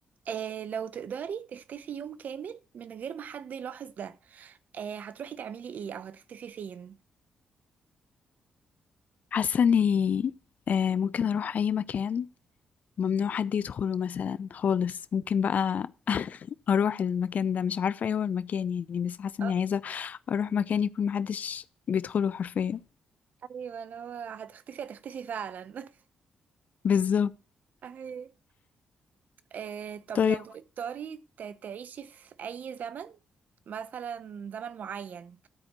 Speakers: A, on the right; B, on the left.
A: أه لو تقدري تختفي يوم كامل من غير ما حد يلاحظ ده أه هتروحي تعملي ايه او هتختفي فين؟
B: حاسة اني آه ممكن اروح اي مكان ممنوع حد يدخله مثلا خالص ممكن بقى <laughs> اروح المكان ده مش عارفة ايه هو المكان يعني بس حاسة
A: آه،
B: اني عايزة اروح مكان يكون محدش بيدخله حرفيا
A: ايوه لو هتختفي هتختفي فعلا <laughs>
B: بالظبط
A: أهي. آه، طب
B: طيب
A: لو تقدري ت- تعيشي في أي زمن مثلا زمن معين